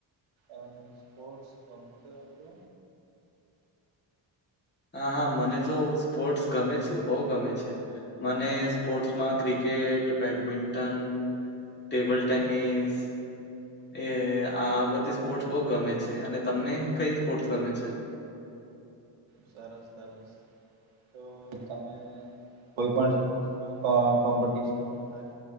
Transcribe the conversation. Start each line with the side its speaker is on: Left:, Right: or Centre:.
Right: અ સ્પોર્ટસ ગમતો હતો
Left: હા હા મને તો સ્પોર્ટ્સ ગમે છે બહુ ગમે છે મને સ્પોર્ટ્સમાં ક્રિકેટ બેડમિન્ટન ટેબલ ટેનિસ એ આ બધી સ્પોર્ટ્સ બહુ ગમે છે અને તમને કઈ સ્પોર્ટ્સ ગમે છે
Right: સરસ સરસ તો તમે કોઈ પણ સ્પોર્ટ્માં કોમ્પિટશનમાં ભાગ